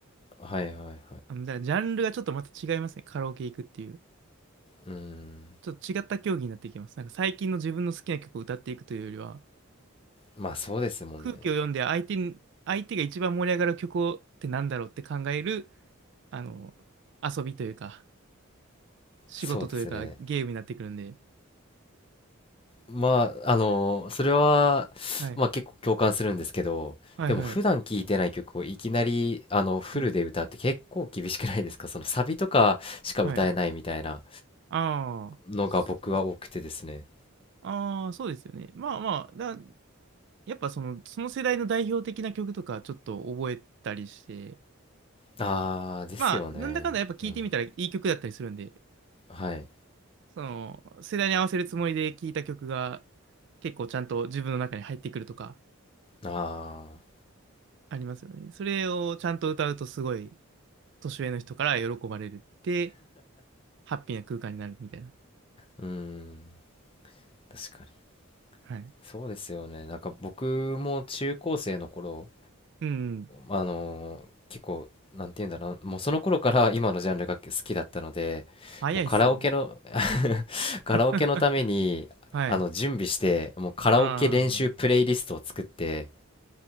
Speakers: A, on the left (about 25°); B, on the right (about 55°).
A: はいはいはい。
B: あの、じゃジャンルがちょっとまた違いますね。カラオケ行くっていう。
A: うん。
B: ちょっと違った競技になっていきます。なんか最近の自分の好きな曲を歌っていくというよりは、
A: まあそうですもんね。
B: 空気を読んで相手に、相手が一番盛り上がる曲をってなんだろうって考える、あの、遊びというか、仕事というか、
A: そうですね。
B: ゲームになってくるんで。
A: まあ、あの、それは、
B: はい。
A: まあ結構共感するんですけど、
B: はいはい。
A: でも普段聴いてない曲をいきなり、あの、フルで歌うって結構厳しくないですか
B: はい。
A: <laughs> そのサビとかしか歌えないみたいな
B: はい。ああ、
A: のが僕は多くてですね。
B: そうっす、ああ、そうですよね。まあまあ、だ、やっぱその、その世代の代表的な曲とかちょっと覚えたりして、
A: ああ、ですよね。
B: まあ、なんだかんだやっぱ聴いてみたらいい曲だったりするんで、
A: うん。はい。
B: その、世代に合わせるつもりで聴いた曲が結構ちゃんと自分の中に入ってくるとか
A: ああ、
B: ありますよね。それをちゃんと歌うとすごい年上の人から喜ばれるって、ハッピーな空間になるみたいな。
A: うん。確かに。
B: はい。
A: そうですよね。なんか僕も中高生の頃、
B: うん。
A: あのー結構、なんて言うんだろう、もうその頃から今のジャンルが好きだったので、
B: 早いっすね。
A: もうカラオケのカラオケのためにあの準備してもうカラオケ練習プレイリストを作って
B: <laughs> はい。ああ。